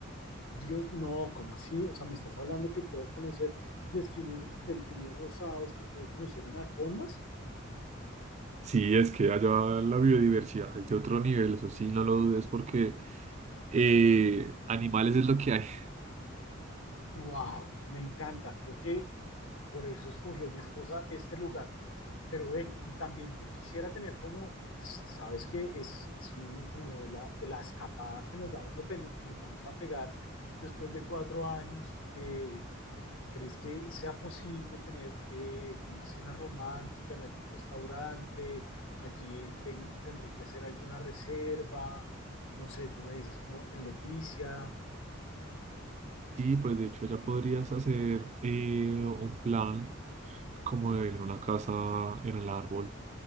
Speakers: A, on the left; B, on the right.
A: Dios, no, ¿cómo así? O sea, me estás hablando que puedo conocer delfines, delfines rosados, que puedo conocer anacondas.
B: Sí, es que allá la biodiversidad es de otro nivel, eso sí, no lo dudes, porque eh, animales es lo que hay. <laughs>
A: ¡Wow! Me encanta. Creo que por eso escogió mi esposa este lugar. Pero ven, y también yo quisiera tener como, pues, sabes que es, es un, como la, la escapada que nos vamos a tener, que nos vamos a pegar después de cuatro años. eh, ¿crees que sea posible tener eh, una cena romántica en algún restaurante? Allí ten- tendré que hacer alguna reserva. No sé, tú me dices como en Leticia.
B: Sí, pues de hecho ya podrías hacer eh, un plan como en una casa, en el árbol,